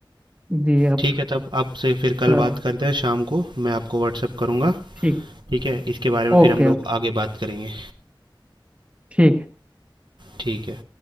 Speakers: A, on the right; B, on the right.
A: जी अब
B: ठीक है तब आपसे फिर कल
A: सर
B: बात करते हैं शाम को मैं आपको व्हाट्सअप करूँगा
A: ठीक
B: ठीक है इसके बारे में फिर
A: ओके
B: हम लोग
A: ओके
B: आगे बात करेंगे
A: ठीक है
B: ठीक है